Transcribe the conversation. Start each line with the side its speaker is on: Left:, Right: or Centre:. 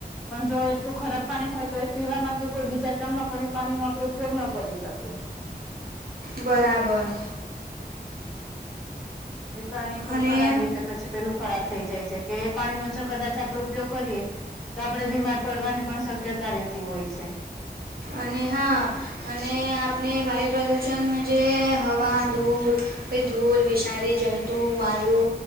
Centre: પણ જો એકલું ખરાબ પાણી હોય તો એ પીવામાં કે કોઈ બીજા કામમાં પણ એ પાણી ન આપડ ઉપયોગ ન કરી શકીએ. <unintelligible>
Right: બરાબર.
Centre: એ તો આણી ખુબ
Right: અને
Centre: ખરાબ રીતે પછી પેલું ખરાબ. થઈ જાય છે કે એ પાણીનોો છ કદાચ આપડો ઉપયોગ કરીએ. તો આપડણે બીમાર પડવાની પણ શક્યતા રહેતી હોય છે.
Right: અને હા અને આપણે વાયુ પ્રદુષણ. જે હવા દૂર કે ધૂલ વિષાારી જંતુ વાયુ.